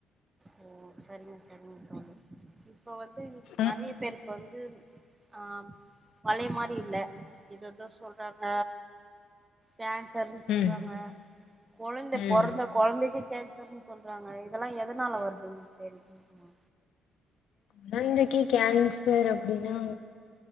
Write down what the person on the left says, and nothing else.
ம்
ம்
ம்
கொழந்தைக்கு கேன்சர் அப்டின்னா